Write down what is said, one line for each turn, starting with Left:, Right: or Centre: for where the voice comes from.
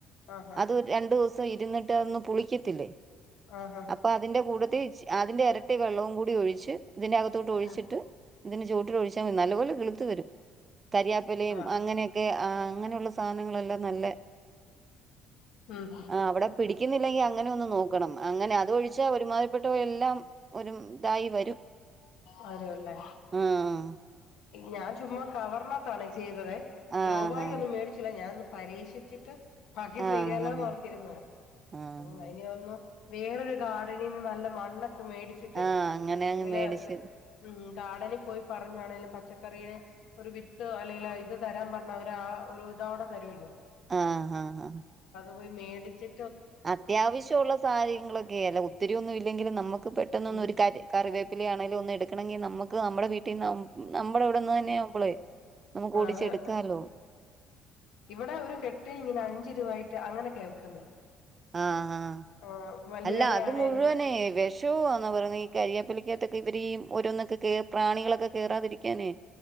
Left: ആഹ്
Right: അത് രണ്ടു ദിവസം ഇരുന്നിട്ട് അതൊന്നും പുളിക്കത്തില്ലേ
Left: ആഹ് ആഹ്
Right: അപ്പൊ അതിന്റെ കൂടെത്തി അതിന്റെ ഇരട്ടി വെള്ളവും കൂടി ഒഴിച്ച് ഇതിന്റെകത്തോട്ട് ഒഴിച്ചിട്ട്
Left: ഉം
Right: ഇതി ചോട്ട് ഒഴിച്ചാൽ നല്ല കിള്ത്ത് വരും കരിയാപ്പലും
Left: ആഹ്
Right: അങ്ങനെയൊക്കെ അങ്ങനെയുള്ള സാധാനങ്ങളല്ലാം നല്ല
Left: ഉം
Right: ആ അവിടെ പിടിക്കുന്നില്ലെങ്കി അങ്ങനെ ഒന്ന് നോക്കണം അങ്ങനെ അതൊഴിച്ചാ ഒരുമാതിപ്പെട്ട എല്ലാം ഒരു ഇതായി വരും
Left: വ രുവല്ലേ
Right: ആഹ്
Left: ഞാൻ ചുമ്മ കവർണത്താണ ചെയ്തതെ
Right: ആഹ്
Left: ഗ്രോബായി ഒന്നും മേടിച്ചില്ല ഞാനൊന്ന് പരീക്ഷിച്ചിട്ട് ബാക്കി
Right: ആഹ്
Left: ചെയ്യാലോന്നോഓർത്തിരുന്ന
Right: ആഹ് ആഹ് ആഹ്
Left: യം അനൊന്നു വേറൊരു ഗാർഡനിൽ നിന്ന് നല്ല മണ്ണൊക്കെ മേടിച്ചിട്ടേ
Right: ആഹ് അങ്ങനെ
Left: അല്ലെങ്കില്
Right: അങ്ങ് മേടിച്ച്
Left: ഉം ഗാർഡനിൽ പോയി പറഞ്ഞാണെേലും പച്ചക്കറെ ഒരു അല്ലെങ്കിൽ ഇത് തരാൻ പറഞ്ഞ അവര് ആ ഒരു ഇതവിടെ തരുല്ലോ
Right: ആഹ ആഹ് ആഹ്
Left: പോയി മേടിച്ച്
Right: അത്യാവശ്യമുള്ളള്ള സാഹചയങ്ങളൾൊക്കെ അല്ല ഒത്തിരിയൊന്നും ഇല്ലെങ്കിലും നമുക്ക് പെട്ടെന്നൊന്നും
Left: ഉം
Right: ഒരു ക കറിവ ആണെങ്കും ഒന്ന് എടുണെങ്ക നുക്ക് നമ്മുടെ വീ ട്ട നമ്മുടെ ഇവിടെന്ന് തന്നെയവുമ്പളെ നമുക്ക്
Left: ആഹ്
Right: ഓടിച്ചെടുക്കാലോ
Left: ഇവിടെ ഒരു കെട്ട ഇങ്ങനെ അഞ്ച രൂപ ആട്ട് അങ്ങനെ കേൾക്കുന്നു
Right: ആഹ ആ
Left: ആഹ് മല്ലിയിലയാണേലും
Right: അല്ല അത് മുഴുവനേ വെഷവുംവാന്നാ പറയഞ്ഞ ഈ കാര്യ പ്പലിക്കാത്തൊക്കെ ഇവര് ഓരോന്നൊെ പ്രാണികളൊക്കെ കേയറാതിരിക്കാനേ